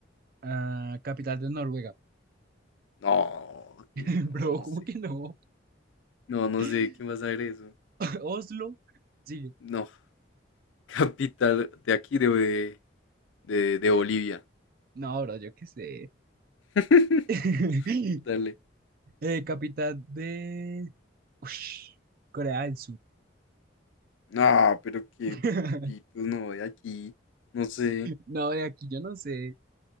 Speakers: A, on the right; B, on the left.
A: Ah, capital de Noruega.
B: No,
A: <laughs>
B: y no,
A: Bro,
B: no
A: ¿cómo
B: sé.
A: que no?
B: No, no
A: <laughs>
B: sé quién va a saber eso.
A: Oslo, sigue.
B: No. <laughs> Capital de aquí, de, de, de Bolivia.
A: No, bro, yo qué sé.
B: <laughs>
A: <laughs>
B: Dale.
A: Eh, capital de Ush, Corea del Sur.
B: No, pero qué
A: <laughs>
B: pitos, no, de aquí. No sé.
A: No, de aquí yo no sé.